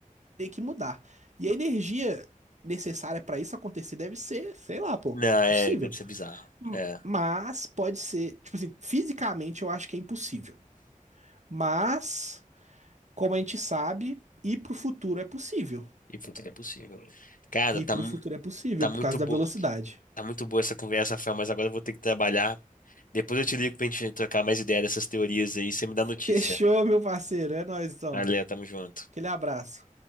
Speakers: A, on the right; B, on the left.
A: tem que mudar. E a energia necessária pra isso acontecer deve ser, sei lá, pô,
B: Não, é,
A: possível.
B: deve ser bizarro.
A: M-
B: É,
A: Mas pode ser, tipo assim, fisicamente eu acho que é impossível. Mas, como a gente sabe, ir pro futuro é possível.
B: e tudo é possível. Cara,
A: Ir
B: tá.
A: pro futuro é possível
B: Tá
A: por
B: muito
A: causa
B: boa,
A: da velocidade.
B: tá muito boa essa conversa, Rafael, mas agora eu vou ter que trabalhar. Depois eu te ligo pra gente trocar mais ideia dessas teorias aí, você me
A: <laughs>
B: dá notícia.
A: Fechou, meu parceiro. É nóis, então.
B: Valeu, tamo junto.
A: Aquele abraço.